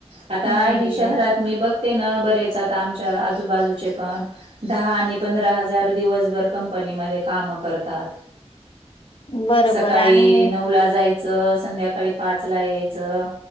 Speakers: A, on the right (about 75°); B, on the left (about 55°).
A: आता
B: नाहीये
A: हि शहरात मी बघते ना बरेच आता आमच्या आजूबाजूचे पण दहा आणि पंधरा हजार दिवसभर कंपनीमध्ये काम करतात.
B: बरोबर
A: सकाळी
B: आणि
A: नऊ ला जायचं संध्याकाळी पाच ला यायचं